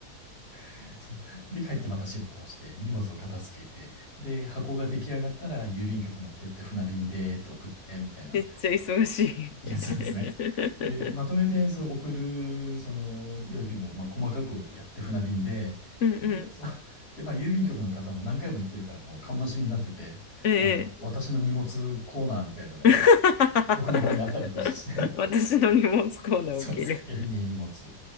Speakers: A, on the left (about 80°); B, on the left (about 55°).
A: <laughs> そう、で、帰ってまた仕事をして、荷物を片付けて、で、箱が出来上がったら郵便局持ってって船便でって送って、みたいな
B: めっちゃ忙しい。
A: やつなんですね。
B: <laughs>
A: で、まとめて、そう、送る、その、よりも、まあ、細かくやって船便で、
B: うん、うん、
A: で、そうで、まあ、郵便局の方も何回も行ってるから、もう顔なじみになってて、
B: ええ
A: あの、私の荷物コーナーみたいのが、
B: <laughs>
A: 僕の方にあったりとかして
B: 私の荷物コーナー受ける。
A: そう、エビね、荷物。そ